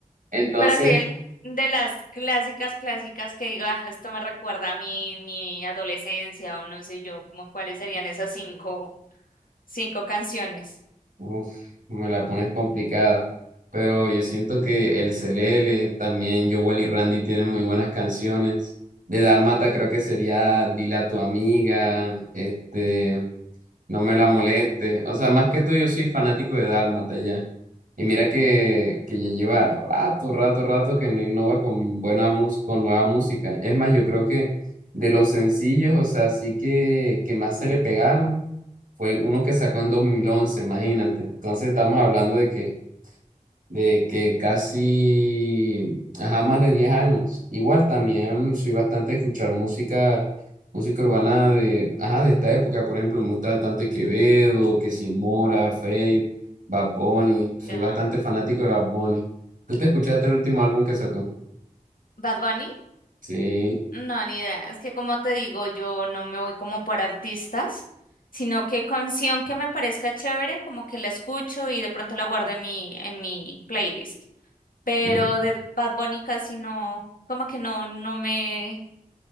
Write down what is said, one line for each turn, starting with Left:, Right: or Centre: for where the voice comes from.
Right: Entonces,
Left: pero sí el, de las clásicas, clásicas que digo, ah, esto me recuerda a mi, mi adolescencia o no sé yo, como cuáles serían esas cinco, cinco canciones.
Right: Uf, me la pones complicada. Pero yo siento que el Celele, también Jowell y Randy tienen muy buenas canciones. De Dálmata creo que sería Dile a tu amiga, este, no me la moleste. O sea, más que todo yo soy fanático de Dálmata ya. Y mira que, que ya lleva rato, rato, rato que no innova con buena mus- con nueva música. Es más, yo creo que de los sencillos, o sea, sí que, que más se le pegaron fue uno que sacó en 2011, imagínate. Entonces estamos hablando de que de que casi, ajá, más de 10 años. Igual también soy bastante a escuchar música, música urbana de, ajá, de esta época, por ejemplo, me gusta bastante Quevedo, que si Mora, Feid, Bad Bunny, soy
Left: Ya.
Right: bastante fanático de Bad Bunny. ¿Tú te escuchaste el último álbum que sacó?
Left: ¿Bad Bunny?
Right: Sí,
Left: No, ni idea. Es que como te digo, yo no me voy como por artistas, sino que canción que me parezca chévere, como que la escucho y de pronto la guardo en mi, en mi playlist. Pero
Right: mm,
Left: de Bad Bunny casi no, como que no, no me